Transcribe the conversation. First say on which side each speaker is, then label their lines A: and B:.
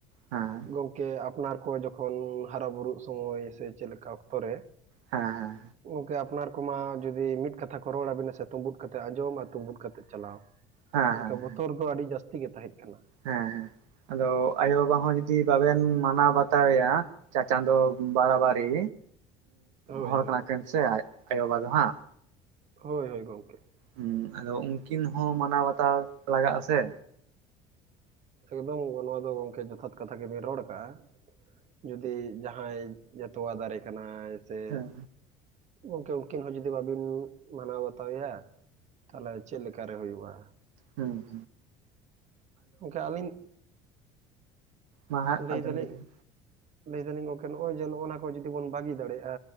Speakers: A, on the right; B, on the right.
A: ᱦᱮᱸ
B: ᱜᱚᱢᱠᱮ ᱟᱯᱱᱟᱨ ᱠᱚ ᱡᱚᱠᱷᱚᱱ ᱦᱟᱨᱟ ᱵᱩᱨᱩᱜ ᱥᱚᱢᱚᱭ ᱥᱮ ᱪᱮᱫ ᱞᱮᱠᱟ ᱚᱠᱛᱚ ᱨᱮ
A: ᱦᱮᱸ ᱦᱮᱸ
B: ᱜᱚᱢᱠᱮ ᱟᱯᱱᱟᱨ ᱠᱚᱢᱟ ᱡᱩᱫᱤ ᱢᱤᱫ ᱠᱟᱛᱷᱟ ᱠᱚ ᱨᱚᱲᱟᱵᱤᱱᱟ ᱥᱮ ᱛᱩᱸᱵᱩᱫ ᱠᱟᱛᱮ ᱟᱸᱡᱚᱢ ᱟᱨ ᱛᱩᱵᱩᱫ ᱠᱟᱛᱮ ᱪᱟᱞᱟᱣ᱾
A: ᱦᱮᱸ ᱦᱮᱸ
B: ᱜᱚᱢᱠᱮ ᱵᱚᱛᱚᱨ ᱫᱚ ᱟᱹᱰᱤ ᱡᱟᱹᱥᱛᱤ ᱜᱮ ᱛᱟᱦᱮᱸᱜ ᱠᱟᱱᱟ᱾
A: ᱦᱮᱸ ᱦᱮᱸ ᱟᱫᱚ ᱟᱭᱳ ᱵᱟᱵᱟ ᱦᱚᱸ ᱡᱩᱫᱤ ᱵᱟᱵᱮᱱ ᱢᱟᱱᱟᱣ ᱵᱟᱛᱟᱣ ᱮᱭᱟ ᱪᱟ ᱪᱟᱸᱫᱚ ᱵᱟᱨᱟ ᱵᱟᱹᱨᱤ
B: ᱦᱳᱭ
A: ᱦᱚᱲ
B: ᱦᱳᱭ
A: ᱠᱟᱱᱟ ᱠᱤᱱ ᱥᱮ ᱟᱭᱳᱼᱵᱟᱵᱟ ᱫᱚ ᱦᱟᱸᱜ
B: ᱦᱳᱭ ᱦᱳᱭ ᱜᱚᱝᱠᱮ
A: ᱦᱩᱸ ᱟᱫᱚ ᱩᱱᱠᱤᱱ ᱦᱚᱸ ᱢᱟᱱᱟᱣ ᱵᱟᱛᱟᱣ ᱞᱟᱜᱟᱜ ᱟᱥᱮ
B: ᱮᱠᱫᱚᱢ ᱱᱚᱣᱟ ᱫᱚ ᱜᱚᱢᱠᱮ ᱡᱚᱛᱷᱟᱛ ᱠᱟᱛᱷᱟ ᱜᱮᱵᱤᱱ ᱨᱚᱲ ᱠᱟᱜᱼᱟ ᱡᱩᱫᱤ ᱡᱟᱦᱟᱸᱭ ᱡᱮ ᱛᱚᱣᱟ ᱫᱟᱨᱮ ᱠᱟᱱᱟᱭ ᱥᱮ
A: ᱦᱮᱸ
B: ᱜᱚᱝᱠᱮ ᱩᱱᱠᱤᱱ ᱦᱚᱸ ᱡᱩᱫᱤ ᱵᱟᱹᱵᱤᱱ ᱢᱟᱱᱟᱣ ᱵᱟᱛᱟᱣ ᱮᱭᱟ ᱛᱟᱦᱚᱞᱮ ᱪᱮᱫ ᱞᱮᱠᱟᱨᱮ ᱦᱩᱭᱩᱜᱼᱟ
A: ᱦᱩᱸ
B: ᱜᱚᱝᱠᱮ ᱟᱹᱞᱤᱧ
A: ᱢᱟ ᱦᱟᱸᱜ
B: ᱞᱟᱹᱭ
A: ᱟᱵᱮᱱ
B: ᱫᱟᱞᱤᱧ
A: ᱜᱮᱵᱮᱱ
B: ᱞᱟᱹᱭ ᱫᱟᱞᱤᱧ ᱜᱚᱝᱠᱮ ᱱᱚᱜᱼᱚᱭ ᱡᱮ ᱱᱚᱜ ᱚᱭ ᱱᱚᱣᱟ ᱠᱚ ᱡᱩᱫᱤ ᱵᱚᱱ ᱵᱟᱹᱜᱤ ᱫᱟᱲᱮᱭᱟᱜᱼᱟ